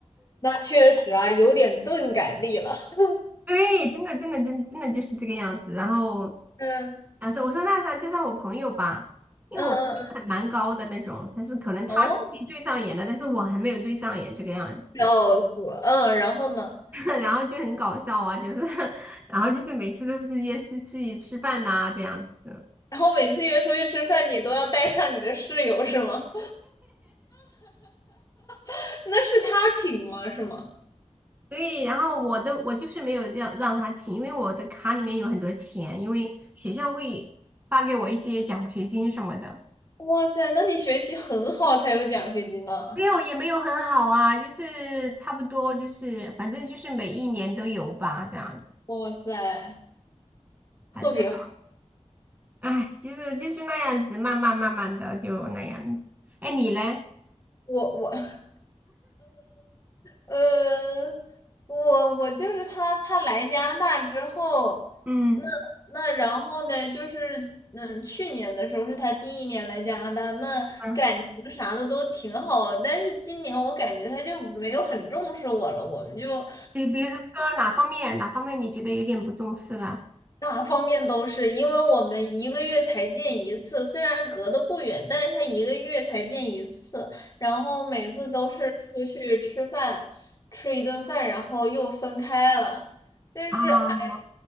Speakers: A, on the left; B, on the right.
A: 那确实啊，有点钝感力了。<laughs>
B: <laughs> 对，真的真的真真的就是这个样子，然后。
A: 嗯
B: 啊，所以我说那啥，就绍我朋友吧，因为我朋友很蛮高的那种，
A: 嗯嗯嗯，
B: 但是可能他已经对上眼了，
A: 哦，
B: 但是我还没有对上眼这个样子，
A: 笑死。嗯，然后呢？
B: <laughs> 然后就很搞笑啊，就是，<laughs> 然后就是每次都是约出去吃饭呐、这样子，
A: 然后每次约出去吃饭，你都要带上你的室友是吗？<laughs> 那是他请吗？是吗？
B: 对，然后我都我就是没有让让他请，因为我的卡里面有很多钱，因为学校会发给我一些奖学金什么的。
A: 哇塞，那你学习很好才有奖学金呢。
B: 没有，也没有很好啊，就是差不多，就是反正就是每一年都有吧，这样子。
A: 哇塞，特别好。
B: 反正。哎，其实就是那样子，慢慢慢慢的就那样。哎，你嘞？
A: 我我 <laughs> 呃，我我就是他，他来加拿大之后，
B: 嗯
A: 那那然后呢，就是嗯，去年的时候是他第一年来加拿大，那感情啥的都挺好的，
B: 嗯，
A: 但是今年我感觉他就没有很重视我了，我们就
B: 比比如说说哪方面哪方面你觉得有点不重视了？
A: 哪方面都是，因为我们一个月才见一次，虽然隔得不远，但是他一个月才见一次，然后每次都是出去吃饭，吃一顿饭，然后又分开了，就是哎
B: 啊